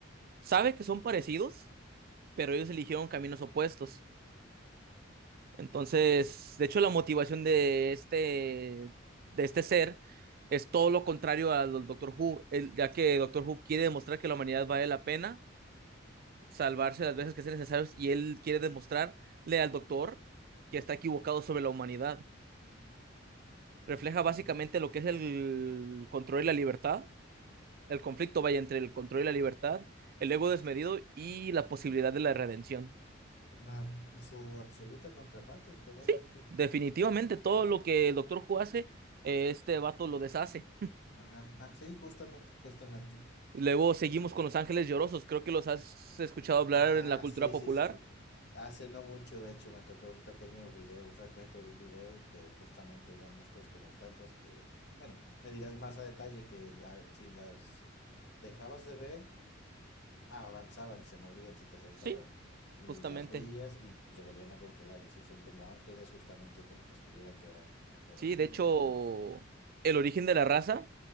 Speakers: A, on the right; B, on the left.
A: Sabe que son parecidos, pero ellos eligieron caminos opuestos. Entonces,
B: De acuerdo.
A: de hecho, la motivación de este, de este ser es todo lo contrario al Doctor Who, él- ya que Doctor Who quiere demostrar que la humanidad vale la pena salvarse las veces que sean necesarios y él quiere demostrarle al Doctor que está equivocado sobre la humanidad. Refleja básicamente
B: Mira,
A: lo que es el control y la libertad, el conflicto vaya entre el control y la libertad, el ego desmedido y la posibilidad de la redención.
B: Una, su absoluta contraparte es totalmente.
A: Sí, definitivamente todo lo que el Doctor Who hace, eh, este vato lo deshace.
B: Ajá, ah, sí, justamente, justamente.
A: Luego seguimos con Los Ángeles Llorosos. Creo que los has escuchado hablar
B: Ah,
A: en la cultura
B: sí,
A: popular.
B: sí, sí. Hace no mucho, de hecho, me topé un pequeño video, un fragmento de un video que justamente eran estas como estatuas que, bueno, me dirás más a detalle que ah, si las dejabas de ver, ah, avanzaban, se movían, se te acercaban
A: Sí,
B: y
A: justamente.
B: las veías y se volvían a congelar y sí, son como ángeles, justamente como que estuvieran llorando. Pero
A: Sí, de
B: dime
A: hecho,
B: un poco más.
A: el origen de la raza